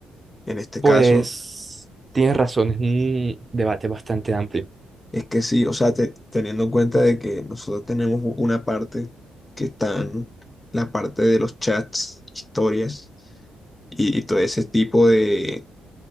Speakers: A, on the left (about 15°); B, on the right (about 25°).
A: En este
B: Pues
A: caso
B: tienes razón, es un debate bastante amplio.
A: Es que sí, o sea, te- teniendo en cuenta de que nosotros tenemos u- una parte que están la parte de los chats, historias y, y todo ese tipo de,